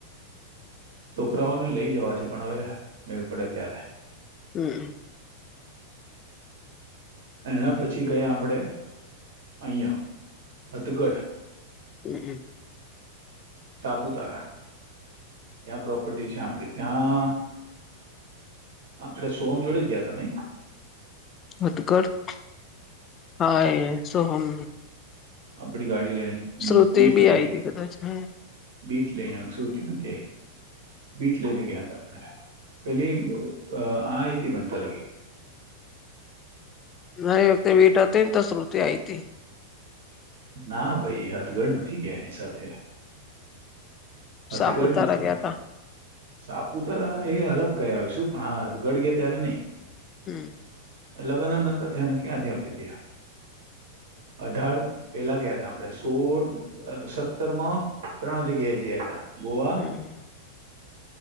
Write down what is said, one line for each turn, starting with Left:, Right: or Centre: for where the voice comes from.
Right: છોકરાઓને લઈ જવા છે, પણ હવે મેળ પડે ત્યારે
Left: હમ.
Right: એના પછી ગયા આપણેે અહીયા હથગઢ
Left: હમ હમ.
Right: સાપુતારા. ત્યાં પ્રોપર્ટી છે, આપડી ત્યાં આપડે સોમ જોડે જ ગયા ત નહી?
Left: <unintelligible> હા સોહમ
Right: આપણી ગાડી લેને
Left: શ્રુતિ
Right: બીઠ
Left: બી
Right: લઈ
Left: આઈ હતી કદાચ હ
Right: બીટ લઈને સુુંરતી નથીય બીટ લઈને ગયા હતા આપણે પેલી આ એથી બનતા લગે
Left: ના ઓય તે વીતે હતી ને તો શુરતિ આઈતી
Right: ના ભાઈ હાથગર નથી ગયા એની સાથે હથગઢ
Left: સાપુતારા
Right: નથી
Left: ગયા તા
Right: સાપુતારા એ અલગ ગયા હોય શું પણ આ હથગડ ગયા ત્યારે નહી
Left: હમ
Right: લગ્ન ન તો થાયને ક્યાંથી આપે ત અઢાર પેભા ગયા ત આપણે સોળ સત્તર માં ત્રણ જગ્યાએ જયા હતા ગોવા
Left: હમ